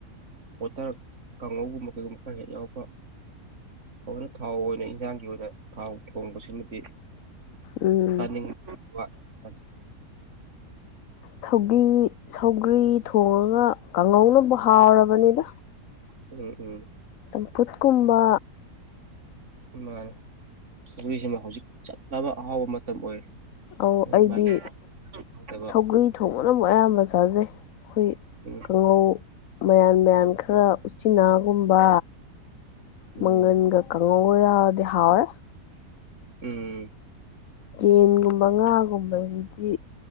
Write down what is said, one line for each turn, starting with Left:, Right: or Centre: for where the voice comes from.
Right: ꯄꯣꯇꯔ ꯀꯥꯡꯉꯧꯒꯨꯝꯕ ꯀꯩꯒꯨꯝꯕ ꯈꯔ ꯍꯦꯛ ꯌꯥꯎꯕ ꯍꯧꯔ ꯊꯥꯎ ꯑꯣꯏꯅ ꯏꯟꯖꯥꯡꯒꯤ ꯑꯣꯏꯅ ꯊꯥꯎ ꯊꯣꯡꯕꯁꯤꯃꯗꯤ
Left: ꯎꯝ
Right: ꯆꯥꯅꯤꯡꯕ ꯋꯥꯠꯂ
Left: ꯁ ꯁꯧꯒ꯭ꯔꯤ ꯊꯣꯡꯉꯒ ꯀꯥꯡꯍꯧꯅꯕꯨ ꯍꯥꯎꯔꯕꯅꯤꯗ
Right: ꯎꯝ ꯎꯝ
Left: ꯆꯝꯐꯨꯠꯀꯨꯝꯕ
Right: ꯃꯥ ꯄꯨꯈ꯭ꯔꯤꯁꯤꯃ ꯍꯧꯖꯤꯛ ꯆꯠꯂꯕ ꯑꯍꯥꯎꯕ ꯃꯇꯝ ꯑꯣꯏꯔꯦ
Left: ꯑꯧ
Right: ꯃꯥꯒꯤ
Left: ꯑꯩꯗꯤ
Right: ꯃꯥꯒꯤ ꯍꯥꯎꯇꯕ
Left: ꯁꯧꯒ꯭ꯔꯤ ꯊꯣꯡꯕꯅ ꯑꯃꯨꯛ ꯑꯌꯥꯝꯕ ꯆꯥꯖꯩ ꯑꯩꯈꯣꯏ
Right: ꯎꯝ
Left: ꯀꯥꯡꯉꯧ ꯃꯌꯥꯟ ꯃꯌꯥꯟ ꯈ ꯈꯔ ꯎꯆꯤꯅꯥꯒꯨꯝꯕ
Right: ꯎꯝ
Left: ꯃꯪꯒꯟꯒ ꯀꯥꯡꯍꯧꯒ ꯌꯥꯎꯔꯗꯤ ꯍꯥꯎꯔꯦ
Right: ꯎꯝ
Left: ꯌꯦꯟꯒꯨꯝꯕ ꯉꯥꯒꯨꯝꯕꯁꯤꯗꯤ